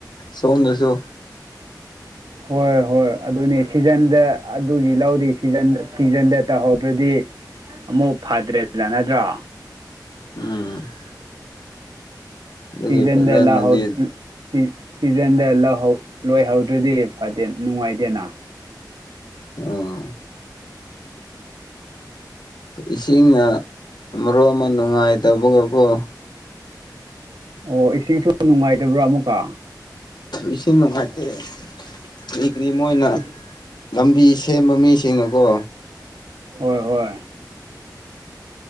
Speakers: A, on the left; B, on the right.
A: ꯁꯣꯝꯗꯁꯨ꯫
B: ꯍꯣꯏ ꯍꯣꯏ ꯑꯗꯨꯅꯦ ꯁꯤꯖꯟꯗ ꯑꯗꯨꯒꯤ ꯂꯧꯔꯤ ꯁꯤꯖꯟ ꯁꯤꯖꯟꯗ ꯇꯧꯍꯧꯗ꯭ꯔꯗꯤ ꯑꯃꯨꯛ ꯐꯗ꯭ꯔꯦ ꯌꯥꯅꯗ꯭ꯔꯣ?
A: ꯎꯝ ꯑꯗꯨꯒꯤ
B: ꯁꯤꯖꯟꯗ
A: ꯐꯖꯅꯗꯤ
B: ꯂꯥꯛꯍꯧ ꯎꯝ ꯁꯤ ꯁꯤꯖꯟꯗ ꯂꯍꯧ ꯂꯣꯏꯍꯧꯗ꯭ꯔꯗꯤ ꯐꯠꯇꯦ ꯅꯨꯡꯉꯥꯏꯇꯦꯅ
A: ꯑꯣ ꯏꯁꯤꯡꯅ ꯃꯔꯣꯜꯃ ꯑꯃ ꯅꯨꯡꯉꯥꯏꯇꯕꯒꯀꯣ꯫
B: ꯑꯣ ꯏꯁꯤꯡꯁꯨ ꯅꯨꯡꯉꯥꯏꯇꯕ꯭ꯔꯥ ꯑꯃꯨꯛꯀ?
A: ꯏꯁꯤꯡ ꯅꯨꯡꯉꯥꯏꯇꯦ ꯀꯔꯤ ꯀꯔꯤ ꯃꯣꯏꯅ
B: ꯏꯁ
A: ꯂꯝꯕꯤ ꯁꯦꯝꯕ ꯃꯤꯁꯤꯡꯅꯀꯣ
B: ꯍꯣꯏ ꯍꯣꯏ